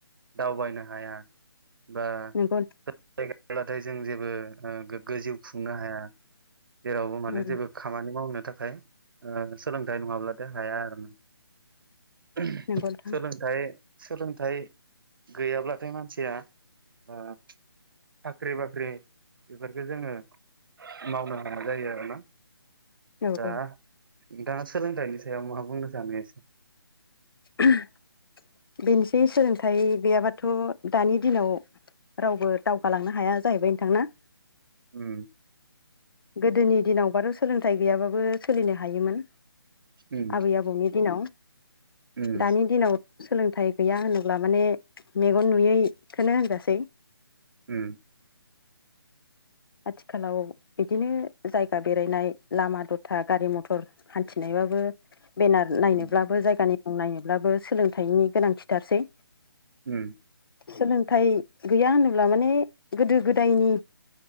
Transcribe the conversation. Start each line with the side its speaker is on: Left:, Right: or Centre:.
Right: दावबायनो हाया बा
Left: नंगौ
Right: <inaudible> ब्लाथाय जों जेबो ओ गोग्गो जिउ खुंनो हाया। जेरावबो
Left: उम
Right: माने जेबो खामानि मावनो थाखाय सोलोंथाइ नङाब्लाथाय हाया आरो ना <inaudible>
Left: नंगौ नोंथां
Right: सोलोंथाइ सोलोंथाइ गैयाब्लाथाय मानसिया ओ साख्रि बाख्रि बेफोरखो जोङो मावनो हाया जायो आरोना
Left: औ
Right: दा
Left: औ
Right: नोंथाङा सोलोंथाइनि सायाव मा बुंनो सानो एसे
Left: <inaudible> बेनोसै सोलोंथाइ गैयाबाथ' दानि दिनाव रावबो दावगालांनो हाया जाहैबाय नोंथां ना
Right: उ
Left: गोदोनि दिनावबाथ' सोलोंथाइ गैयाबाबो सोलिनो हायोमोन।
Right: उम
Left: आबै आबौनि दिनाव
Right: उम
Left: दानि दिनाव सोलोंथाइ गैया होनोब्ला माने मेगन नुयैखोनो होनजासै
Right: उ
Left: आथिखालाव बिदिनो जायगा बेरायनाय लामा दथा गारि मथर हान्थिनायाव बार नायनोबो
Right: उम
Left: जायगानि नायनोबो सोलोंथाइनि गोनांथिथारसै
Right: उ
Left: सोलोंथाइ गैया होनोब्ला माने गोदो गोदायनि